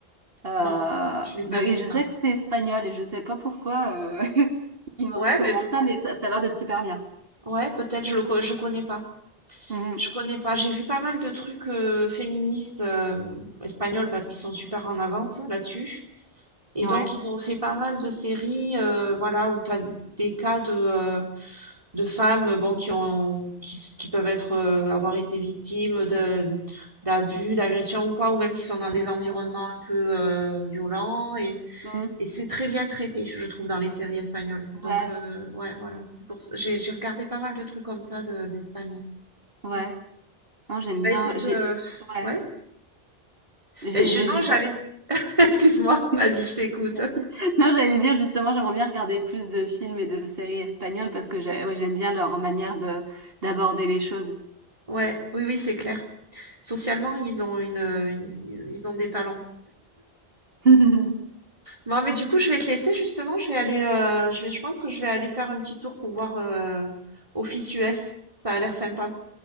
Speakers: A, on the right; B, on the right.
A: Euh,
B: Non, je l'ai pas
A: donc-
B: vu
A: et
B: ça.
A: je sais que c'est espagnol et je sais pas pourquoi euh, <laughs> ils me
B: Ouais,
A: recommandent
B: mais pour...
A: ça, mais ça, ça a l'air d'être super bien.
B: ouais, peut-être je le co- je connais pas.
A: Mhm.
B: Je connais pas. J'ai vu pas mal de trucs euh, féministes euh, espagnols parce qu'ils sont super en avance là-dessus. Et
A: Ouais.
B: donc ils ont fait pas mal de séries euh, voilà où t'as des cas de euh, de femmes euh, bon, qui ont, qui, qui peuvent être, euh, avoir été victimes de, d'abus, d'agressions ou quoi, ou même qui sont dans des environnements un peu euh, violents. Et,
A: Mhm.
B: et c'est très bien traité, je trouve, dans les séries espagnoles.
A: Ouais,
B: Donc, euh, ouais, voilà. C'est pour ça- J'ai, j'ai regardé pas mal de trucs comme ça de, d'Espagne.
A: ouais.
B: Mm.
A: Non, j'aime
B: Bah
A: bien.
B: écoute,
A: J'ai,
B: euh,
A: ouais.
B: ouais.
A: J'ai
B: Ben, je,
A: j'ai
B: non,
A: vu
B: j'allais.
A: pas.
B: <laughs> Excuse-moi,
A: <laughs>
B: vas-y, je t'écoute.
A: <laughs> Non, j'allais dire justement, j'aimerais bien regarder plus de films et de séries espagnoles parce que j'ai- ouais, j'aime bien leur manière de d'aborder les choses.
B: Ouais, oui, oui, c'est clair. Socialement, ils ont une, une- ils ont des talents
A: <laughs> O-
B: Bon, mais du coup, je vais te laisser justement. Je vais aller, euh, je vais, je pense que je vais aller faire un petit tour pour voir euh, Office US. Ça a l'air sympa.